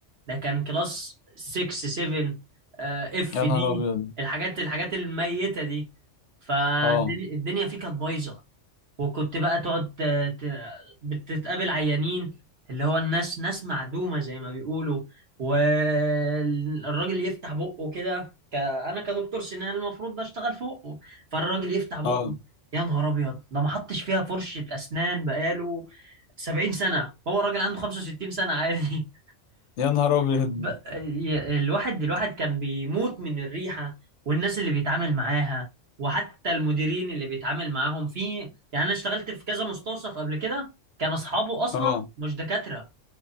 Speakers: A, on the right; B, on the left.
A: ده كان كلاس 6 7 اف
B: يا
A: دي
B: نهار ابيض
A: الحاجات الحاجات الميتة دي فالدنيا
B: اه
A: فيه كانت بايظة وكنت بقى تقعد ت- ت- بتتقابل عيانين اللي هو الناس ناس معدومة زي ما بيقولوا والراجل يفتح بقه كده ك... انا كدكتور سنان المفروض بشتغل فوقه فالراجل يفتح بقه
B: اه
A: يا نهار ابيض ده ما حطش فيها فرشة اسنان بقاله 70 سنة هو الراجل عنده 65 سنة عادي
B: يا نهار ابيض
A: ب... ي- الواحد الواحد كان بيموت من الريحة والناس اللي بيتعامل معاها وحتى المديرين اللي بيتعامل معاهم في يعني انا اشتغلت في كذا مستوصف قبل كده كان اصحابه اصلا
B: اه
A: مش دكاترة